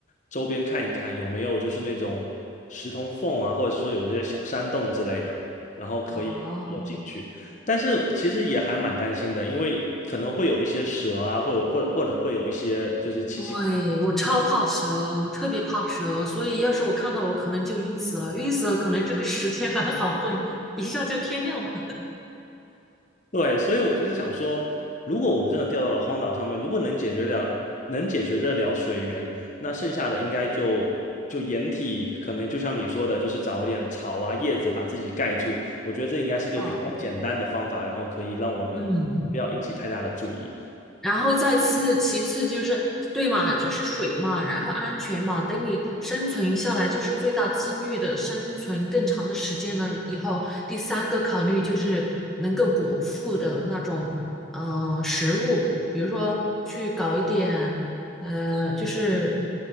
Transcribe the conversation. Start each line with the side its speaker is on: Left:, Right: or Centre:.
Left: 周边看一看有没有就是那种石头缝啊，或者是说有这些小山洞之类的，然后可以躲进去。
Centre: 哦，
Left: 但是其实也还蛮担心的，因为可能会有一些蛇啊，或者或者或者会有一些就是奇奇，
Centre: 对，我超怕蛇，我特别怕蛇，所以要是我看到我可能就晕死了，晕死了可能这个时间还好混，一下就天亮了。
Left: 对，所以我就是想说，如果我们真的掉到了荒岛上面，如果能解决了能解决得了水源，那剩下的应该就就掩体，可能就像你说的，就是找一点草啊叶子把自己盖住，我觉得这应该是个比较简单的方法，
Centre: 啊，
Left: 然后可以让我们不要引起太大的注意。
Centre: 嗯。然后再次，其次就是对嘛，就是水嘛，然后安全嘛。等你生存下来，就是最大几率的生存更长的时间了以后，第三个考虑就是能够果腹的那种呃食物，比如说去搞一点呃，就是